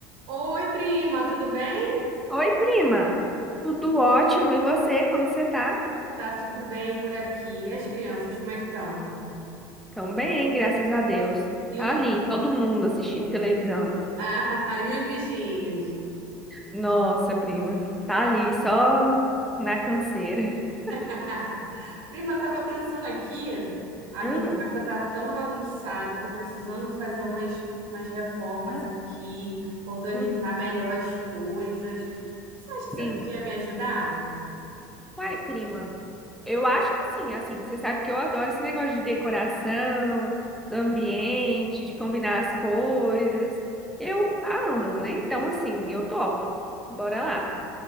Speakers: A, on the right (about 75°); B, in the centre.
A: Oi, prima, tudo bem?
B: Oi, prima. Tudo ótimo. E você, como você tá?
A: Tá tudo bem por aqui. E as crianças, como é que estão?
B: Tão bem, graças a Deus.
A: E
B: Tá
A: os...
B: ali,
A: <laughs>
B: todo mundo assistindo televisão.
A: Ah, e os bichinhos?
B: Nossa, prima. Tá ali, só na canseira. <laughs>
A: <laughs> Prima, tava pensando aqui, a
B: Ah,
A: minha casa tá tão bagunçada, tô precisando fazer umas, umas reformas
B: ah,
A: aqui, organizar
B: uhum,
A: melhor as coisas. Você acha que você
B: sim.
A: podia me ajudar?
B: Uai, prima. Eu acho que sim, assim, você sabe que eu adoro esse negócio de decoração, do ambiente, de combinar as coisas. Eu amo, né? Então, assim, eu topo. Bora
A: Ah,
B: lá.